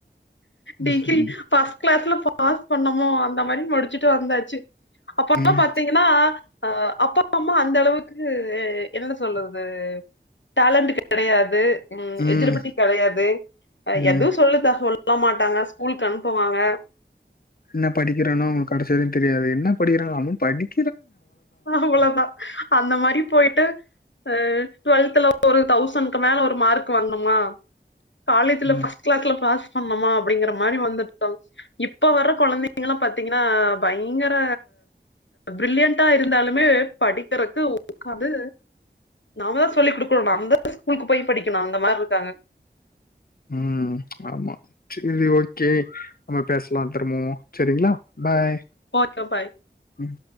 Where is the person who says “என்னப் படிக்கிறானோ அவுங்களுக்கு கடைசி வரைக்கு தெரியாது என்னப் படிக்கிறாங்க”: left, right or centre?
Left